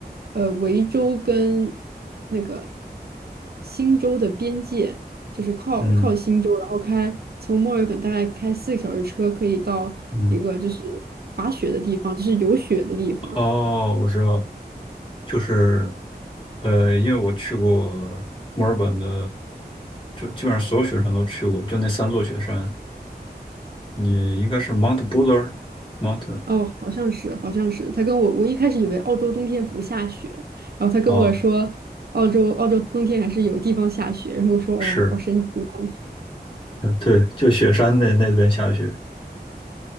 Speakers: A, on the right; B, on the left.
A: 呃，维州跟那个新州的边界，就是靠靠新州，
B: 嗯
A: 然后开从墨尔本大概开四个小时车，可以到一个就是滑雪的地方，
B: 嗯
A: 就是有雪的地方。
B: 哦，我知道，就是，呃，因为我去过墨尔本的，就基本上所有雪山都去过，就那三座雪山，你应该是 Mount Buller，Mount a i
A: 哦，好像是，好像是。他跟我，我一开始以为澳洲冬天不下雪，然后他跟我说，
B: n 啊
A: 澳洲澳洲冬天还是有地方下雪，然后我说哦，
B: 是，
A: 好神奇啊
B: 嗯对，就雪山那那边下雪。